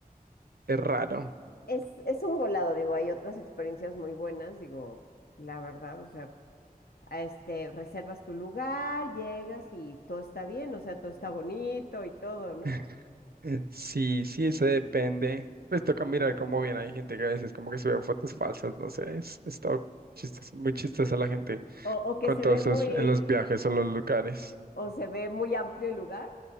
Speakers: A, on the right; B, on the left.
A: es raro.
B: es, es un volado, digo, hay otras experiencias muy buenas, digo, la verdad, o sea, a este, reservas tu lugar, llegas y todo está bien, o sea, todo está bonito y todo, ¿no?
A: <laughs> Sí, sí, eso depende. Pues toca mirar cómo bien hay gente que a veces como que sube fotos falsas, no sé, es, es todo chistes, muy chistosa la gente
B: O, o que
A: con
B: se
A: todos
B: ve
A: esos
B: muy,
A: en los viajes o los lugares.
B: o se ve muy amplio el lugar